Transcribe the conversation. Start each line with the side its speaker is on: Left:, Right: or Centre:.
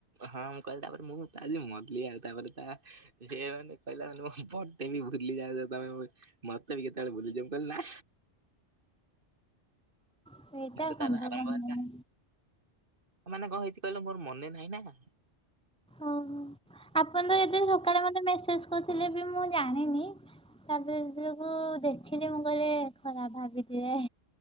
Right: ହଁ ମୁଁ କହିଲି ତାପରେ ମୁଁ କହିଲି ମଲି ଆଉ ତାପରେ ତା ଏ ମାନେ କହିଲା ମାନେ ମୋ ବଡେ ବି ଭୁଲି ଯାଉଚ ତମେ। ମତେ ବି କେତେବେଳେ ଭୁଲିଯିବ ମୁଁ କହିଲି ନା
Centre: ସେଇଟା
Right: ସେଇଟୁ ତାର
Centre: ସମ୍ଭବ
Right: ଆରମ୍ଭ
Centre: ନୁହେଁ
Right: ହେଲା ମାନେ କଣ ହେଇଛି କହିଲ ମୋର ମନେ ନାହିଁ ନା।
Centre: ଓହୋ ଆପଣ ତ ଯେତେ ସକାଳେ ମତେ ମେସେଜ କରୁଥିଲେ ବି ମୁଁ ଜାଣିନି। ତାପରେ ଜେତଳକୁ ଦେଖିଲି ମୁଁ କହଲେ ଖରାପ ଭାବିଥିବେ।